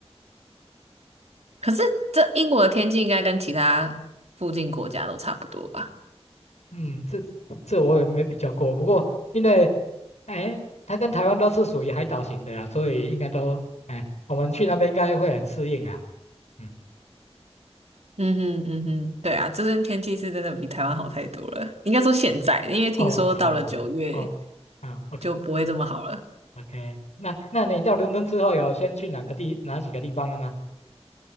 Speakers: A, on the right (about 70°); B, on the left (about 90°).
A: 可是这英国的天气应该跟其他附近国家都差不多吧？
B: 嗯，这这我也没比较过，不过因为哎，他跟台湾都是属于海岛型的啊，所以应该都哎，我们去那边应该会很适应啊，嗯。
A: 嗯哼嗯哼，对啊，这边天气是真的比台湾好太多了。应该说现在，因为听说到了九月
B: 哦，好，哦，好
A: 就不会这么好了。
B: ，OK，OK，那那你到伦敦之后有先去哪个地哪几个地方了吗？